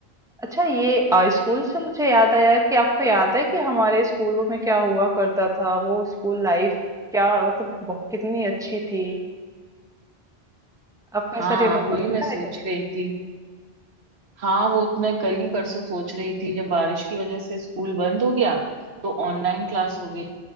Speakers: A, in the centre; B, on the right.
A: अच्छा ये आ, स्कूल से मुझे याद आया कि आपको याद है कि हमारे स्कूलों में क्या हुआ करता था वो स्कूल लाइफ क्या मतलब बहुत कितनी अच्छी थी आपको
B: हाँ
A: ऐसा रिमेम्बर
B: वही
A: होता
B: मैं सोच
A: है कभी कभी
B: रही थी हाँ वो तो मैं कल ही परसों सोच रही थी जब बारिश की वजह से स्कूल बंद हो गया तो ऑनलाइन क्लास हो गई